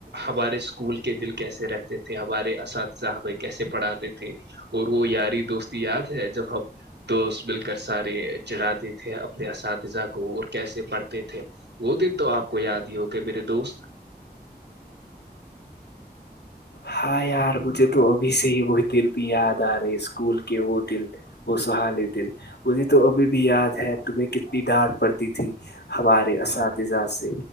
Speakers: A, on the right; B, on the left.
A: ہمارے اسکول کے دل کیسے رہتے تھے ہمارے اساتذہحبائی کیسے پڑھاتے تھے تھ اور وہ یاری دوست یاد ہے جب ہمب دوست مل کر سارے چڑھاتے تھے اپنے اساتذہ کو اور کیسے پڑھتے تھے وہ دن تو آپ کو یاد ہی ہوگے میرے دوست
B: ہ ار بھے تو اب سے ب <unintelligible> دل بھی یاد آ رہے ہے اسکول کے وہ دل وہ سہالے دل مجھے تو ابھی بھی یاد ہے تمہیں کتنی ڈانٹ پڑتی تھی ہمارے اساتذہ سے